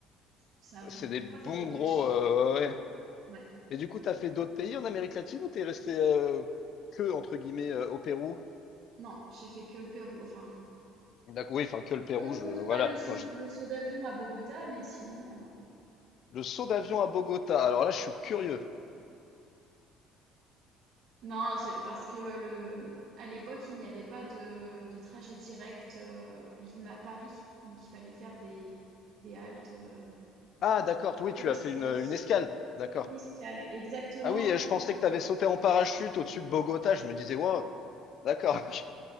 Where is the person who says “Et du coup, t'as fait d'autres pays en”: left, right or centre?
Left